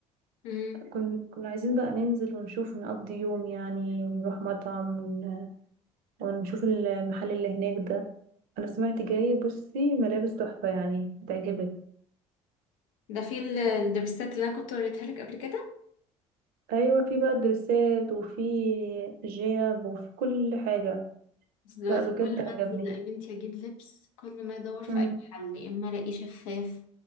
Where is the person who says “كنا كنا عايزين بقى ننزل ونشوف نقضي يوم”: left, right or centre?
Right